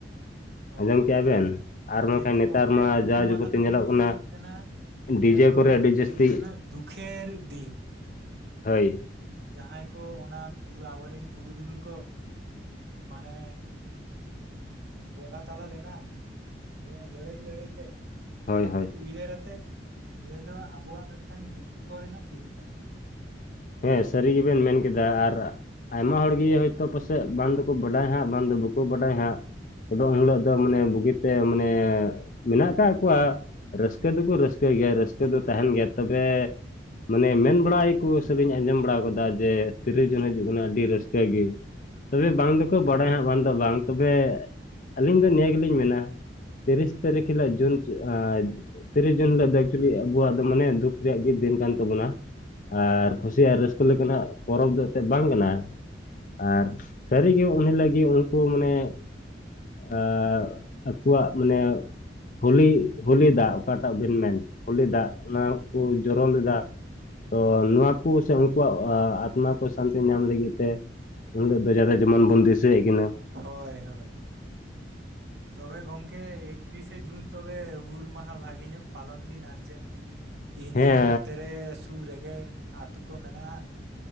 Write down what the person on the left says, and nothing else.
ᱟᱸᱡᱚᱢ ᱠᱮᱜᱼᱟ ᱵᱮᱱ, ᱟᱨ ᱵᱟᱝᱠᱷᱟᱱ
ᱱᱮᱛᱟᱨ
ᱢᱟ
ᱡᱟ ᱡᱟᱵᱚᱛᱤ
ᱧᱮᱞᱚᱜ
ᱠᱟᱱᱟ
ᱰᱤᱡᱮ
ᱠᱚᱨᱮ ᱟᱹᱰᱤ ᱡᱟᱹᱥᱛᱤ
ᱦᱚᱹᱭ ᱾
ᱦᱳᱭ
ᱦᱳᱭ
ᱦᱮᱸ ᱥᱟᱹᱨᱤ ᱜᱮᱵᱤᱱ ᱢᱮᱱ ᱠᱮᱫᱟ ᱟᱨᱼᱼ ᱟᱭᱢᱟ ᱦᱚᱲᱜᱤ ᱦᱚᱭᱛᱚ ᱯᱟᱥᱮᱜ ᱵᱟᱝ ᱫᱚᱠᱩ ᱵᱟᱰᱟᱭ ᱦᱟᱸᱜ ᱵᱟᱝ ᱫᱚ ᱵᱟᱠᱩ ᱵᱟᱰᱟᱭ ᱦᱟᱸᱜ <unintelligible> ᱩᱱ ᱦᱤᱞᱚᱜ ᱫᱚ ᱢᱟᱱᱮ ᱵᱩᱜᱤᱛᱮ ᱢᱟᱱᱮ ᱢᱮᱱᱟᱜ ᱟᱠᱟᱫ ᱠᱚᱣᱟ ᱨᱟᱹᱥᱠᱟᱹ ᱫᱚᱠᱚ ᱨᱟᱹᱥᱠᱟᱹᱭ ᱜᱮᱭᱟ ᱨᱟᱹᱥᱠᱟᱹ ᱫᱚ ᱛᱟᱦᱮᱸᱱ ᱜᱮᱭᱟ ᱛᱚᱵᱮ ᱢᱟᱱᱮ ᱢᱮᱱ ᱵᱟᱲᱟᱭ ᱠᱚ <unintelligible> ᱟᱸᱡᱚᱢ ᱵᱟᱲᱟ ᱠᱟᱫᱟ ᱡᱮ ᱛᱤᱨᱤᱥ ᱡᱩᱱ ᱦᱤᱡᱩᱜ ᱠᱟᱱᱟ ᱟᱹᱰᱤ ᱨᱟᱹᱥᱠᱟᱹ ᱜᱮ ᱛᱚᱵᱮ ᱵᱟᱝ ᱫᱚᱠᱚ ᱵᱟᱲᱟᱭ ᱦᱟᱸᱜ ᱵᱟᱝ ᱫᱚ ᱵᱟᱝ ᱛᱚᱵᱮ ᱟᱹᱞᱤᱧ ᱫᱚ ᱱᱤᱭᱟᱹ ᱜᱮᱞᱤᱧ ᱢᱮᱱᱟ ᱛᱤᱨᱤᱥ ᱛᱟᱹᱨᱤᱠᱷ ᱦᱤᱞᱚᱜ ᱡᱩᱱ ᱟᱸ ᱛᱤᱨᱤᱥ ᱡᱩᱱ ᱦᱤᱞᱚᱜ ᱫᱚ ᱮᱠᱪᱩᱞᱤ ᱟᱵᱚᱣᱟᱜ ᱫᱚ ᱢᱟᱱᱮ ᱫᱩᱠ ᱨᱮᱭᱟᱜ ᱜᱮ ᱫᱤᱱ ᱠᱟᱱ ᱛᱟᱵᱚᱱᱟ ᱟᱨ ᱠᱩᱥᱤ ᱟᱨ ᱨᱟᱹᱥᱠᱟᱹ ᱞᱮᱠᱟᱱᱟᱜ ᱯᱚᱨᱚᱵᱽ ᱫᱚ ᱮᱱᱛᱮᱫ ᱵᱟᱝ ᱠᱟᱱᱟ ᱾ ᱟᱨ ᱥᱟᱹᱨᱤᱜᱮ ᱩᱱ ᱦᱤᱞᱚᱜ ᱜᱮ ᱩᱱᱠᱩ ᱢᱟᱱᱮ ᱟᱸ ᱟᱠᱚᱣᱟᱜ ᱢᱟᱱᱮ ᱦᱩᱞᱤ ᱦᱩᱞᱤ ᱫᱟᱜᱽ ᱚᱠᱟᱴᱟᱜ ᱵᱮᱱ ᱢᱮᱱ ᱦᱩᱞᱤ ᱫᱟᱜᱽ ᱚᱱᱟ ᱠᱚ ᱡᱚᱨᱚ ᱞᱮᱫᱟ, ᱛᱚ ᱱᱚᱣᱟ ᱠᱚ ᱥᱮ ᱩᱱᱠᱩᱣᱟᱜ ᱟᱸ ᱟᱛᱢᱟ ᱠᱚ ᱥᱟᱱᱛᱤ ᱧᱟᱢ ᱞᱟᱹᱜᱤᱫ ᱛᱮ ᱚᱱᱰᱮ ᱫᱚ ᱡᱟᱫᱟ ᱡᱮᱢᱚᱱ ᱵᱚᱱ ᱫᱤᱥᱟᱹᱭᱮᱜ ᱠᱤᱱᱟ ᱾
ᱦᱮᱸ